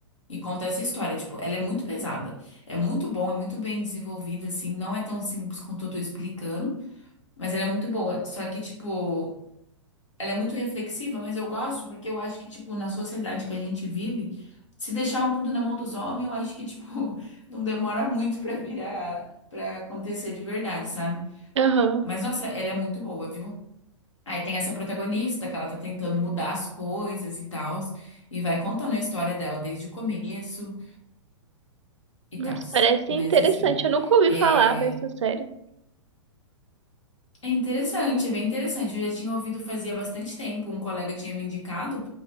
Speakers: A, on the left; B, on the right.
A: E conta essa história, tipo, ela é muito pesada. É muito bom, é muito bem desenvolvida, assim, não é tão simples quanto eu tô explicando, mas ela é muito boa. Só que, tipo, ela é muito reflexiva, mas eu gosto porque eu acho que, tipo, na sociedade que a gente vive, se deixar o mundo na mão dos homens, eu acho que, tipo, <laughs> não demora muito pra virar, pra acontecer de verdade, sabe?
B: Aham.
A: Mas, nossa, ela é muito boa, viu? Aí tem essa protagonista que ela tá tentando mudar as coisas e tal, e vai contando a história dela desde o começo e
B: Nossa,
A: tal.
B: parece
A: Mas,
B: interessante.
A: assim,
B: Eu nunca ouvi
A: é,
B: falar dessa série.
A: É interessante, é bem interessante. Eu já tinha ouvido fazia bastante tempo, um colega tinha me indicado,